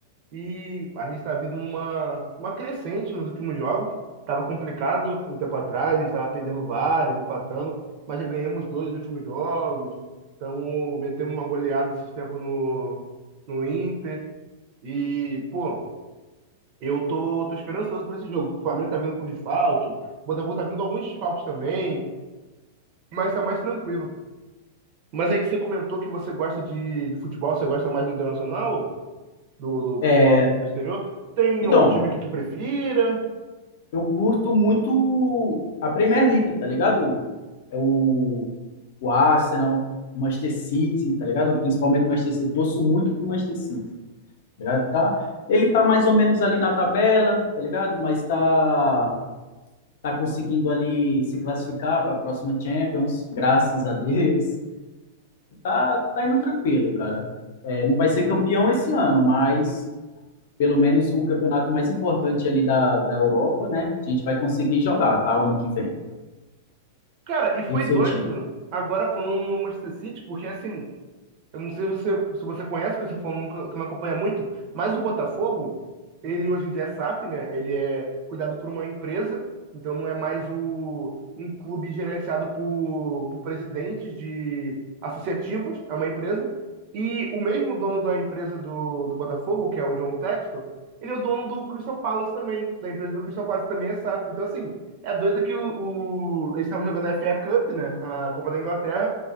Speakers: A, on the right; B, on the left.
A: E a gente está vindo numa uma crescente nos últimos jogos. estava complicado um tempo atrás, a gente estava perdendo várias, empatando, mas já ganhamos dois últimos jogos. Então, metemos uma goleada esses tempos no, no Inter. E, pô, eu tô, tô esperançoso para esse jogo. O Flamengo tá vindo com desfalque, o Botafogo tá vindo com alguns desfalques também, mas tá mais tranquilo. Mas aí que você comentou que você gosta de, de futebol, você gosta mais do internacional, do, do
B: É,
A: futebol do do exterior. Tem
B: então,
A: algum time que tu prefira?
B: eu curto muito a Premier League, tá ligado? É o, o Arsenal, o Manchester City, tá ligado? Principalmente o Manchester City. Eu torço muito pro Manchester City, tá ligado? Tá, ele tá mais ou menos ali na tabela, tá ligado? Mas tá. tá conseguindo ali se classificar para a próxima Champions, graças a Deus. Tá, tá indo tranquilo, cara. É, não vai ser campeão esse ano, mas pelo menos o campeonato mais importante ali da, da Europa, né? A gente vai conseguir jogar, tá? O ano que vem.
A: Cara, e foi
B: E o seu
A: doido.
B: time?
A: Agora falando no Manchester City, porque assim, eu não sei se você, se você conhece, que você falou nunca, que não acompanha muito, mas o Botafogo, ele hoje em dia é SAF, né? Ele é cuidado por uma empresa, então não é mais o, um clube gerenciado por, por presidentes de associativos, é uma empresa. E o mesmo dono da empresa do, do Botafogo, que é o John Textor, ele é o dono do Crystal Palace também, da empresa do Crystal Palace, também é SAF. Então, assim, é doido que o, o- eles estavam jogando a FA Cup, né? A Copa da Inglaterra.